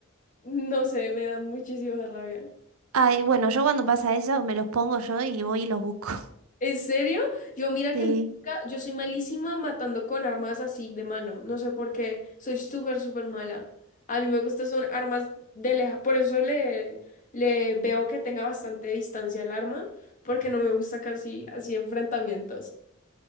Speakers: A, on the left; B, on the right.
A: no sé, me dan muchísima rabia.
B: Ay, bueno, yo cuando pasa eso me los pongo yo y voy y los busco. <laughs>
A: ¿En serio? Yo mira
B: Sí.
A: que nunca, yo soy malísima matando con armas así de mano. No sé por qué. Soy súper, súper mala. A mí me gustan son armas de leja. Por eso le, le veo que tenga bastante distancia el arma, porque no me gusta casi así enfrentamientos.